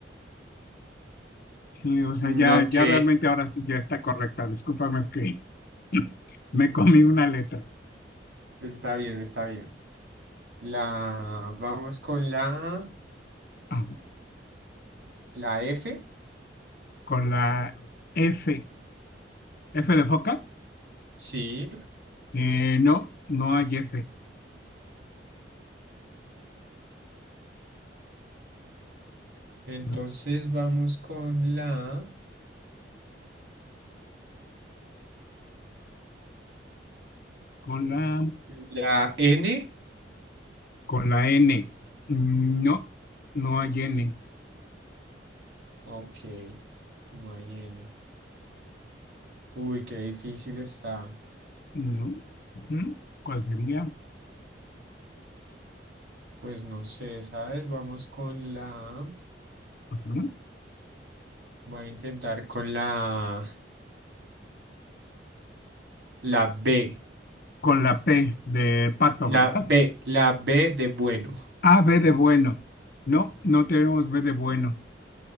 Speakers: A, on the left (about 55°); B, on the right (about 75°).
A: sí, o sea,
B: Mm,
A: ya,
B: Ok,
A: ya realmente ahora sí ya está correcta. Discúlpame, es que <laughs> me comí una letra.
B: está bien, está bien. La vamos con la
A: Ah,
B: la F.
A: Con la F. F de foca.
B: Sí,
A: Eh, no, no hay F.
B: entonces
A: No,
B: vamos con la
A: Con la,
B: la N.
A: con la N. No, no hay N.
B: Ok, no hay N. Uy, qué difícil está.
A: No. Ujú. ¿Cuál sería?
B: Pues no sé, ¿sabes? Vamos con la
A: Ujú.
B: voy a intentar con la la B.
A: Con la P de pato,
B: La
A: ¿verdad?
B: B, la B de bueno.
A: A, B de bueno. No, no tenemos B de bueno.